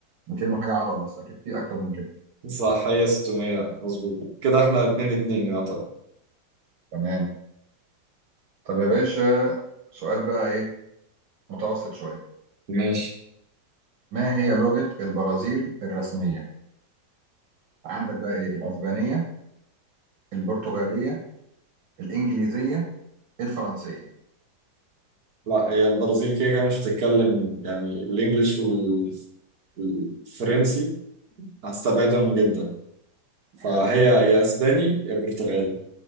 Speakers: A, on the right (about 70°); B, on the right (about 50°).
A: 200 وحاجة عضلة بس أكيد فيه أكتر من كده
B: صح هي 600 مظبوط كده احنا 2 2 يعتبر
A: تمام طب يا باشا سؤال بقى إيه متوسط شوية
B: ماشي
A: ما هي لغة البرازيل الرسمية؟ عندك بقى إيه الأسبانية البرتغالية الإنجليزية الفرنسية
B: لا هي البرازيل كده كده مش بتتكلم يعني الانجليش وال- والفرنسي هستبعدهم جدا فهي
A: حلو
B: يا اسباني يا برتغالي